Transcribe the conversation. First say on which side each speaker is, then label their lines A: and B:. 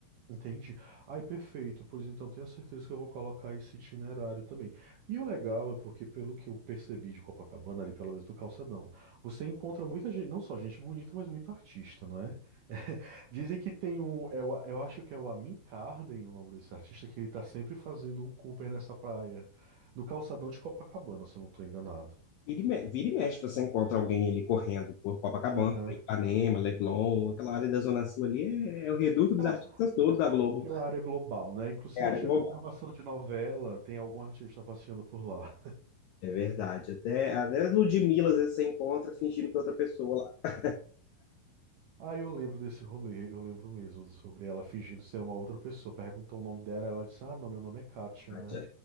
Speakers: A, on the right (about 70°); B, on the left (about 80°).
A: Entendi. Ai, perfeito. Pois então, tenho certeza que eu vou colocar esse itinerário também. E o legal é porque, pelo que eu percebi de Copacabana, ali pelo menos do calçadão, você encontra muita gente, não só gente bonita, mas muito artista, não é? <laughs> Dizem que tem um, eu, eu acho que é o Amin Carden, o nome desse artista, que ele tá sempre fazendo um Cooper nessa praia, no calçadão de Copacabana, se eu não tô enganado.
B: Vira e, me- vira e mexe, você encontra alguém ali correndo por Copacabana,
A: Aham.
B: Ipanema, Leblon, aquela área da Zona Sul ali é, é o reduto
A: Aquela,
B: dos artistas todos da Globo.
A: aquela área global, né? Inclusive,
B: É
A: se
B: a
A: não
B: área
A: tiver
B: global.
A: gravação de novela, tem algum artista passeando por lá.
B: É verdade. Até, até Ludmilla, às vezes, você encontra fingindo que é outra pessoa lá.
A: Aí eu lembro desse rolê, eu lembro mesmo sobre ela fingindo ser uma outra pessoa. Perguntou o nome dela, ela disse: Ah, não, meu nome é Kátia,
B: Ah,
A: né?
B: tia,